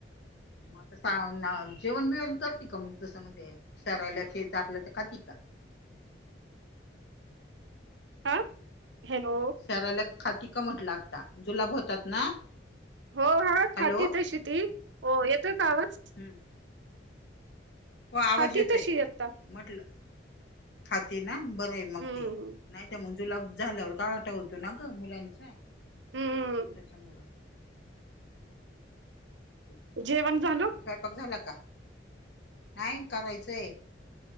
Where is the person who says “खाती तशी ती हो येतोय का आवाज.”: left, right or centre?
Right